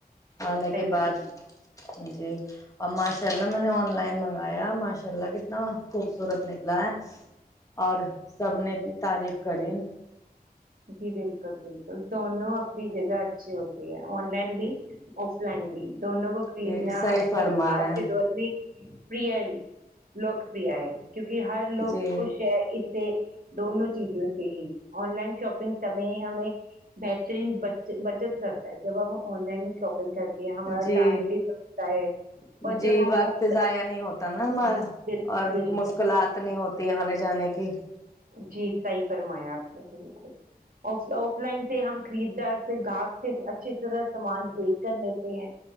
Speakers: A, on the left; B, on the right.
A: آنے
B: صحیح
A: کے
B: فرمایا
A: بعد جی اور ماشاء اللہ میں نے آن لائن منگایا ماشاء اللہ کتنا خوبصورت نکلا ہے اور سب نے تعریف کری
B: جی بالکل بالکل دونوں اپنی جگہ اچھی ہوتی ہیں آن لائن بھی آف لائن بھی دونوں کو خریدنا
A: جی صحیح
B: آج
A: فرما
B: کل
A: رہے
B: آج
A: ہیں
B: کے دور میں پر ہے لوکپ ہے کیونکہ ہر لوگ
A: جی
B: خوش ہے اس سے دونوں چیزوں سے ہی آن لائن شاپ شگ سے ہمیں بہترین بچت کرتا ہے جب ہم آن لائن شاپنگ کرتے ہیں ہمارا
A: جی
B: ٹائم بھی بچتا ہے اور
A: جی
B: جب ہم
A: وقت
B: آف
A: ضائع نہیں ہوتا نا
B: لائن
A: ہمارا
B: بال
A: اور
B: بالکل
A: مشکلات نہیں ہوتی آنے جانے کی
B: جی صحیح فرمایا آپ نے بالکل آف لائن سے ہم خریددار سے گاہک سے اچھی طرح سامان دیکھ کر لیتے ہیں